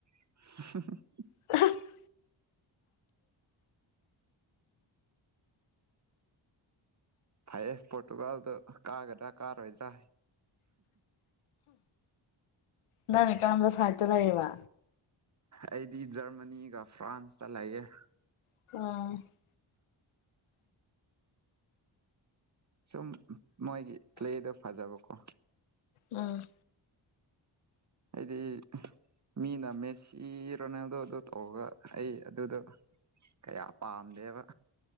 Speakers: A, on the right; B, on the left.
A: <unintelligible>
B: <unintelligible>
A: ꯐꯩꯌꯦ ꯄꯣꯔꯇꯨꯒꯥꯜꯗ ꯀꯥꯒꯗ꯭ꯔꯥ ꯀꯥꯔꯣꯏꯗ꯭ꯔꯥ꯫
B: ꯅꯪ ꯀꯔꯝꯕ ꯁꯥꯏꯠꯇ ꯂꯩꯔꯤꯕ꯫
A: ꯑꯩꯗꯤ ꯖꯔꯃꯅꯤꯒ ꯐ꯭ꯔꯥꯟꯁꯇ ꯂꯩꯑꯦ꯫
B: <unintelligible>
A: ꯁꯨꯝ ꯃꯣꯏꯒꯤ ꯄ꯭ꯂꯦꯗꯣ ꯐꯖꯕꯀꯣ꯫
B: ꯎꯝ꯫
A: ꯑꯩꯗꯤ ꯃꯤꯅ ꯃꯦꯁꯤ ꯔꯣꯅꯥꯜꯗꯣ ꯗꫭ ꯇꯧꯔꯒ ꯑꯩ ꯑꯗꯨꯗꯣ ꯀꯌꯥ ꯄꯥꯝꯗꯦꯕ꯫